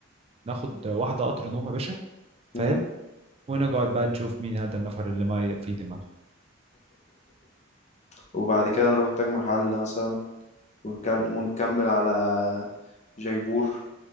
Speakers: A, on the right; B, on the left.
A: ناخد واحدة قطر نوم يا باشا
B: <laughs>
A: فاهم
B: مم.
A: ونقعد بقى نشوف مين هذا النفر اللي ما في دماغ
B: وبعد كده نروح تاج محل مثلا ونكل- ونكمل على جيبور